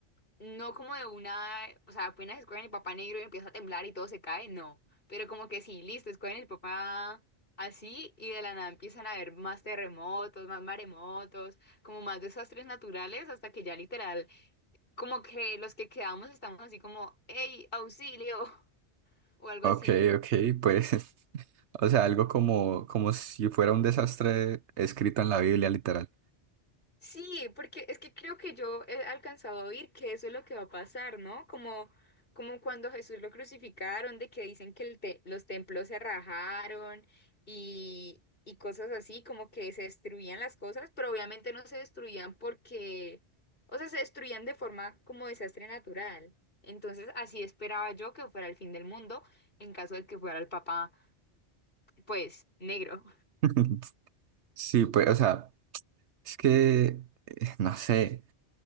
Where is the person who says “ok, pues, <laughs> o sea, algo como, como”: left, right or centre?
Right